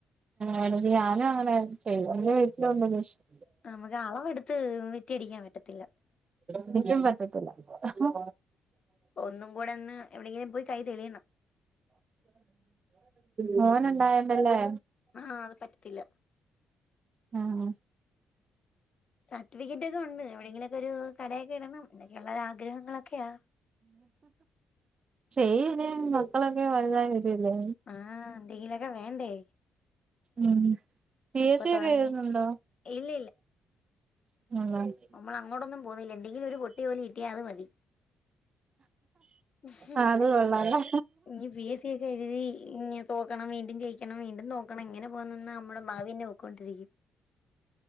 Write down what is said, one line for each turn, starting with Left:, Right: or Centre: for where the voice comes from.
Right: ആത് ഞാനും അങ്ങനെ ചെയ്ത എന്റെ വീട്ടിലുണ്ട് മിഷിന
Left: നമുക്ക് അളവെടുത്ത് വിട്ടി അടിക്കാൻ പറ്റത്തില്ല
Right: എനിക്കും പറ്റത്തില്ല
Left: ഒന്നും കൂടെ ഒന്ന് എവിടെെങ്കിലും പോയി കൈ തെളിയണം
Right: മോന ഉണ്ടായുന്നല്ലേ
Left: ആഹ് അത് പറ്റത്തില്ല
Right: ആണ്
Left: സർട്ടിഫിക്കറ്റ് ഒക്കെ ഉണ്ട് എവിടെയെങ്കിലുംക്കെരു കടയൊക്കെ ഇടണം എന്നോക്കെയുള്ള ആഗ്രഹങ്ങളൊക്കെയാ
Right: ചെയ്യര് മക്കളൊക്കെ വലുതായി വരല്ലേ
Left: ആഹ് എന്തെങ്കയിലൊക്കെ വേണ്ടേ
Right: ഉം പി
Left: ഇപ്പൊ
Right: എസ് സി
Left: തുടങ്ങി
Right: ഒക്കെ എഴുതുന്നുണ്ടോ
Left: ഇല്ല
Right: <unintelligible>
Left: മ്മൾ അങ്ങോട്ടൂനും പോവുന്നില്ല എന്തെങ്കിലും പൊട്ടിയ ജോലി കിട്ടിയ അത് മതി ഉം
Right: ആഹ് അത് കൊള്ളാല്ലോ
Left: ഇനി പി എസ് സി ഒക്കെ എുഴുതി ഇഞ് തോക്കണം വീണ്ടും ജയിക്കണം വീണ്ടും തോക്കണം എങ്ങനെ പോകാൻ നിന്ന നമ്മളെ ഭാവി ഇങ്ങനെ പോക്കൊണ്ടിരിക്കും